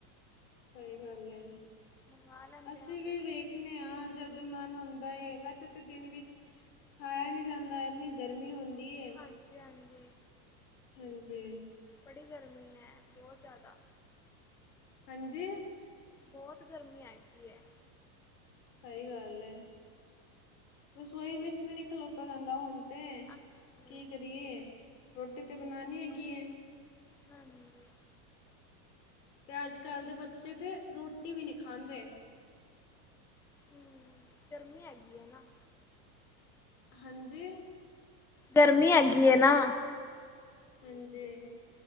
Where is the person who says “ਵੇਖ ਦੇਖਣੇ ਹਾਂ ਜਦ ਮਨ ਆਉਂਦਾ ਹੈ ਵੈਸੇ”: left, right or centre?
Left